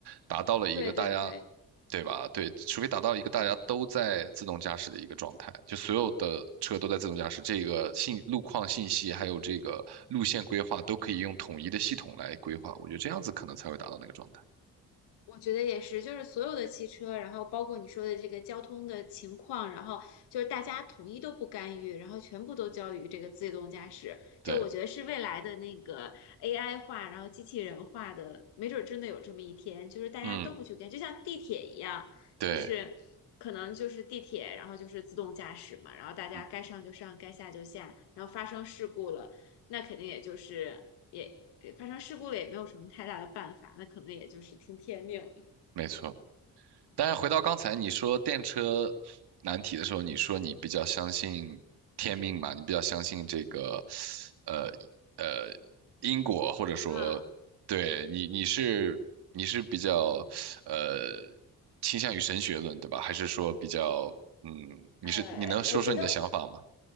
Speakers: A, on the right (about 75°); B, on the left (about 80°).
A: 达到了一个大家，
B: 对对对。
A: 对吧？对，除非达到一个大家都在自动驾驶的一个状态，就所有的车都在自动驾驶，这个信路况信息还有这个路线规划都可以用统一的系统来规划，我觉得这样子可能才会达到那个状态。
B: 我觉得也是，就是所有的汽车，然后包括你说的这个交通的情况，然后就是大家统一都不干预，然后全部都交于这个自动驾驶，
A: 对，
B: 就我觉得是未来的那个 AI 化，然后机器人化的，没准儿真的有这么一天，就是大家都不去干，
A: 嗯，
B: 就像地铁一样，
A: 对，
B: 就是可能就是地铁，然后就是自动驾驶嘛，然后大家该上就上，
A: 嗯，
B: 该下就下，然后发生事故了，那肯定也就是。也也发生事故了，也没有什么太大的办法，那可能也就是听天命了。
A: 没错。但是回到刚才你说电车难题的时候，你说你比较相信天命嘛，你比较相信这个，呃呃因果，或者说，
B: 嗯，
A: 对你你是你是比较呃倾向于神学论对吧？还是说比较嗯，你是你能说说你的想法吗？
B: 呃，我觉得